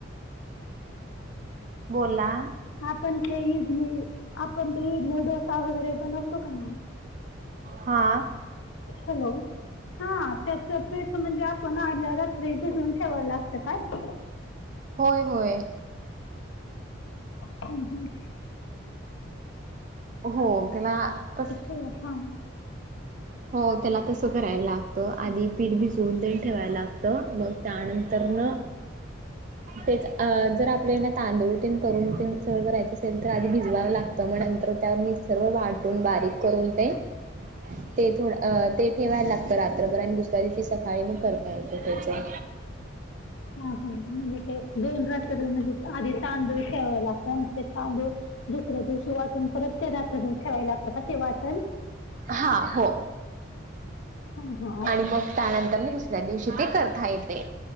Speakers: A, on the right; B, on the left.
A: बोला
B: आपण ते इडली आपण ते इडली डोसा वगैरे बनवतो का नाय
A: हा
B: हॅलो हा त्याचच पिठ म्हणजे आपल्याला आदल्या रात्री भिजून ठेवावला लागत काय?
A: होय होय.
B: हम् ह
A: हो ग्ला कस्
B: ओ हा.
A: हो त्याला तसं करायला लागतं आणि पीठ भिजून देऊन ठेवायला लागतं मग त्यानंतर न तेच अ जर आपल्यान तांदूळ तेन करून तीन सगळं करायचं असेल त आधी भिजवावं लागतं म नंतर त्यावर मिक्स् सर्व वाटून बारीक करून ते ते थोडं अ ते ठेवाय लागतं रात्रभर अन दुसऱ्या दिवशी सकाळी म करता येत त्याचं.
B: हा हा म्हणजे ते दोन रात्रं म्हणजे आधी तांदूळ ठेवाय लागता म ते तांदूळ दुसऱ्या दिवशी वाटुण परत ते रात्रभर ठेवाय लागतं का ते वाटण
A: हा हो
B: हा हा अच्छा.
A: आणि मग त्यानंतर न दुसऱ्या दिवशी ते कर था येतेे.